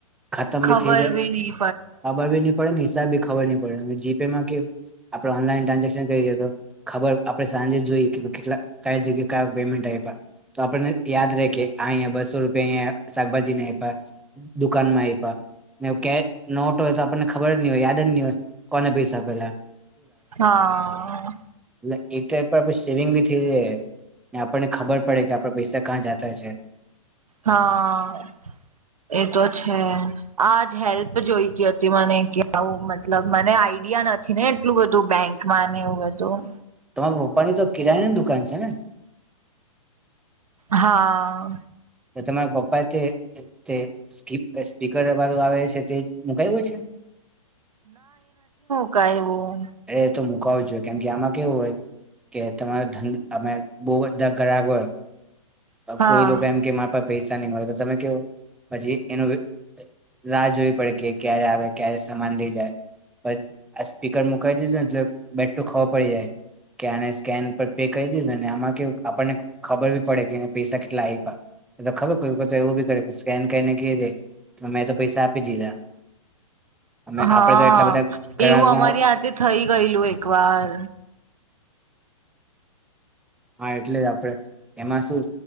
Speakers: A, in the centre; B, on the right.
A: ખતમ
B: ખબર
A: થઈ જાય
B: બી ની
A: ખબર બી ની પડે, ને હિશા બી ખબર ની પડે, તમે જી પે માં કે આપણો ઓનલાઈન ટ્રાન્ઝેક્શન <unintelligible> તો ખબર આપડે સાંજે જોઈએ કે કેટલા કયા જગ્યા કયા પેમેન્ટ આય્પા, તો આપણને યાદ રે કે આંયા બસો રૂપિયા અંયા શાકભાજીને આય્પા, દુકાનમાં આય્પા ને કે નોટ હોય તો આપણને ખબર જ ની હોય યાદ જ ની હોય કોને પૈસા આપેલા.
B: હાં.
A: ને એક ટાઈમ પર આપે સેવિંગ બી થેઈ જાય ને આપ આપણને ખબર પડે કે આપણા પૈસા કાં જા થાય છે.
B: હાં, એતો છે, આજ હેલ્પ જોઈતી અતી મને કે આવું મતલબ મને આઈડિયા નથી ને એટલું બધું બેંકમાં ને એવું બધું.
A: તમારા પપ્પાની તો કિરાણાની દુકાન છે ને?
B: હા.
A: તે તમારા પપ્પાએ તે તે સ્પી સ્પીકર વાળું આવે છે તે જ મુકાય્વુ છે?
B: કાયવું
A: એ તો મુ કાવુ જોઈએ, કેમ કે આમાં કેવું હોય કે તમારે ધંધ અમે બઉ બધા ગરાક હોય અ
B: હા
A: કોઈ લોકો એમ કે મારા પાહે પૈસા ની મળે તો તમે કેવો પછી એનું બી રાહ જોવી પડે કે ક્યારે આવે ક્યારે સમાન લેઇ જાય, પછ આ સ્પીકર મુકાવી દીધુંને એટલે બેટું ખબર પડી જાય કે આને સ્કેન પર પે કરી દીધુંને આમાં કેવુ આપણને ખબર બી પડે કે પી શકે. એટલા આય્પા, નઈ તો ખબર કોઈ વખત તો એવું બી કરે કે સ્કેન ગેઈને કેય દે, મેં તો પૈસા આપી દીધા. અમે
B: હા
A: આપડે તો એટલા બધા ગ્રાહકમાં
B: એવું અમારી હાથે થઇ ગયેલું એક વાર
A: હા એટલે જ આપડણે એમાં શું